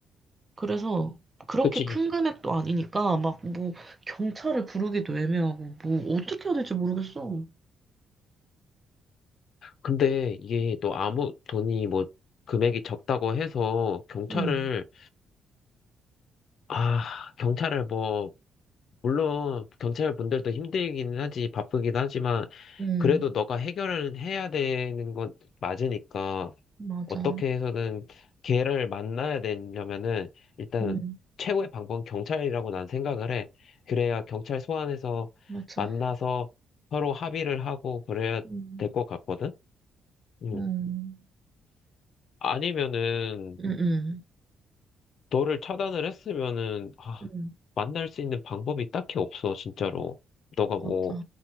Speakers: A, on the right (about 25°); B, on the left (about 60°).
A: 그래서 그렇게
B: 그치?
A: 큰 금액도 아니니까, 막 뭐 경찰을 부르기도 애매하고, 뭐 어떻게 해야 될지 모르겠어.
B: 근데 이게 또 아무 돈이 뭐 금액이 적다고 해서 경찰을,
A: 응,
B: 아, 경찰을 뭐, 물론 경찰분들도 힘들긴 하지, 바쁘긴 하지만
A: 응,
B: 그래도 너가 해결을 해야 되는 건 맞으니까
A: 맞아.
B: 어떻게 해서든 걔를 만나야 되려면은 일단
A: 응,
B: 최고의 방법은 경찰이라고 난 생각을 해. 그래야 경찰 소환해서
A: 맞아.
B: 만나서 서로 합의를 하고 그래야
A: 응,
B: 될 것 같거든? 음.
A: 응,
B: 아니면은
A: 응,
B: 너를 차단을 했으면은 아,
A: 응.
B: 만날 수 있는 방법이 딱히 없어, 진짜로. 너가 뭐
A: 맞아.